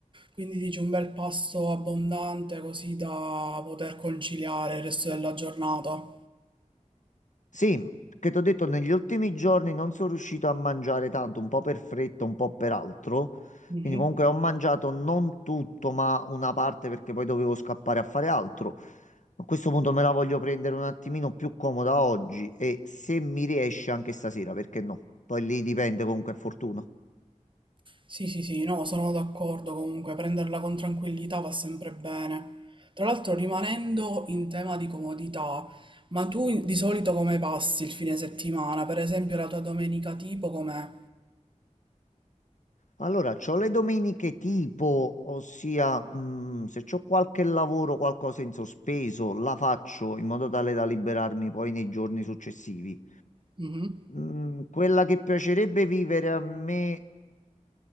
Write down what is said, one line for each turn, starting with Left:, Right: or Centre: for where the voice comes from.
Right: Quindi dici un bel pasto abbondante così da poter conciliare il resto della giornata.
Left: Sì, che ti ho detto, negli ultimi giorni non sono riuscito a mangiare tanto, un po' per fretta, un po' per altro.
Right: Mhm.
Left: Quindi comunque ho mangiato non tutto, ma una parte perché poi dovevo scappare a fare altro. A questo punto me la voglio prendere un attimino più comoda oggi e se mi riesce anche stasera, perché no? Poi lì dipende comunque, è fortuna.
Right: Sì, sì, sì, no, sono d'accordo comunque, prenderla con tranquillità va sempre bene. Tra l'altro, rimanendo in tema di comodità, ma tu in- di solito come passi il fine settimana? Per esempio, la tua domenica tipo com'è?
Left: Allora, c'ho le domeniche tipo, ossia, mh, se c'ho qualche lavoro, qualcosa in sospeso, la faccio in modo tale da liberarmi poi nei giorni successivi.
Right: Mhm.
Left: Mm, quella che piacerebbe vivere a me,